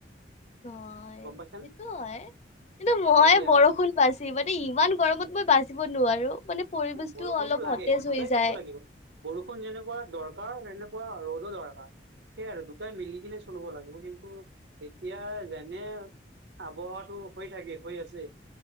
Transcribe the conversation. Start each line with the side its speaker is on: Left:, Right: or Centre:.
Left: হয়,
Right: গম পাইছা
Left: সেইটোও
Right: নে
Left: হয়, কিন্তু
Right: সেয়ে
Left: মই বৰষুণ
Right: আৰু
Left: বাচি মানে ইমান গৰমত মই বাচিব নোৱাৰো, মানে পৰিবেশতো
Right: বৰষুণটো
Left: অলপ
Right: লাগে
Left: সতেজ
Right: দুটাই
Left: হৈ যায়।
Right: বস্তু লাগিব বৰষুণ যেনেকুৱা দৰকাৰ, তেনেকুৱা ৰ'দো দৰকাৰ। সেইয়া আৰু দুটাই মিলি কিনে চলিব লাগিব, কিন্তু এতিয়া যেনে <unintelligible> হৈ থাকে, হৈ আছে